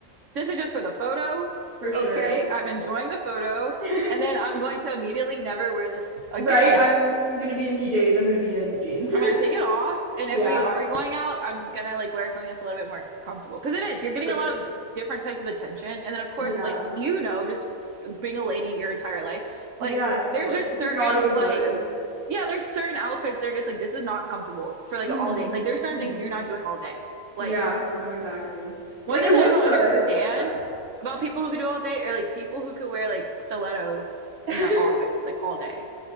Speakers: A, on the right; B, on the right.
A: This is just for the photo.
B: <laughs> For sure.
A: Okay, I'm enjoying the photo,
B: <laughs>
A: and then I'm going to immediately never wear this again.
B: Right? I'm gonna be in PJs. I'm gonna be in jeans.
A: I'm
B: <laughs>
A: gonna take it off, and if
B: Yeah,
A: we are going out, I'm gonna like wear something that's a little bit more comfortable. Because it is, you're getting
B: for
A: a lot
B: sure.
A: of different types of attention, and then of course,
B: Yeah.
A: like you know, just being a lady your entire life, like
B: Yes, of
A: there's
B: course.
A: just
B: It's
A: certain
B: not always
A: like
B: good.
A: yeah, there's certain outfits that are just like this is not comfortable for like
B: hmm
A: all day. Like there's certain
B: hmm
A: things you're not doing all day. Like
B: Yeah, no, exactly.
A: One
B: Like
A: thing
B: it
A: that
B: looks
A: I don't
B: good,
A: understand
B: but
A: about
B: yeah.
A: people who could do all day are like people who could wear like stilettos
B: <laughs>
A: in the office like all day.